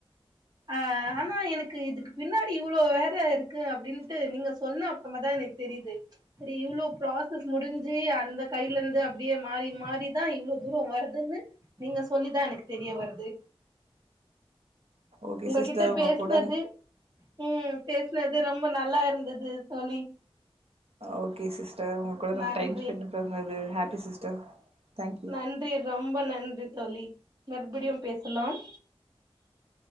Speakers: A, on the right; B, on the right.
A: ஆ ஆனா எனக்கு இதுக்கு பின்னாடி இவ்ளோ வேற இருக்கு அப்டின்ட்டு நீங்க சொன்ன அப் சும்மாதா எனக் தெரியுது இப்டி இவ்ளோ ப்ராசஸ் முடிஞ்சு அந்த கைலந்து அப்டியே மாறி மாறிதா இவ்வள தூரம் வருதுன்னு நீங்க சொல்லி தா எனக் தெரிய வர்து
B: ஓகே
A: உங்க
B: சிஸ்டர்
A: கிட்ட
B: உங்க
A: பேஸனது
B: கூட
A: ம் பேஸ்னது ரொம்ப நல்லா இருந்துது தோழி
B: ஓக்கே சிஸ்டர் உங்க கூட நா
A: நன்றி
B: டைம் ஸ்பென்ட் பண்ணது ஹேப்பி சிஸ்டர் தேங்க்யூ
A: நன்றி ரொம்ப நன்றி தோழி மறுபுடியு பேசலாம்